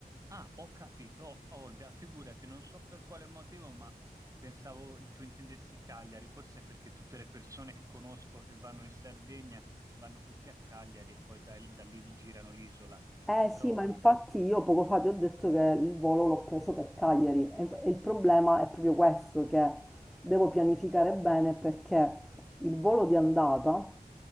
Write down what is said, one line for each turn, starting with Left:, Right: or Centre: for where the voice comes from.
Right: Ah, ho capito. O- Olbia, figurati, non so per quale motivo, ma pensavo tu intendessi Cagliari. Forse è perché tutte le persone che conosco che vanno in Sardegna vanno tutte a Cagliari e poi da, da lì vi girano l'isola.
Centre: Eh sì,
Right: Però
Centre: ma infatti io poco fa ti ho detto che il volo l'ho preso per Cagliari e e il problema è proprio questo, che devo pianificare bene perché il volo di andata